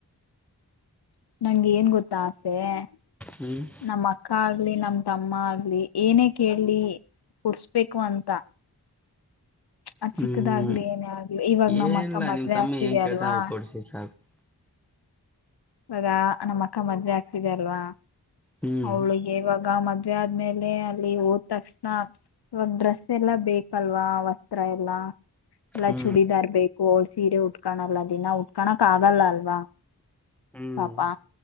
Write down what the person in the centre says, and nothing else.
ಹ್ಮ್
ಹ್ಮ್
ಏನಿಲ್ಲ
ನಿಮ್ ತಮ್ಮ
ಏನ್ ಕೇಳ್ತನ
ಅದ್ನ ಕೊಡ್ಸಿ ಸಾಕು <unintelligible>
ಹ್ಮ್
ಹ್ಮ್
ಹ್ಮ್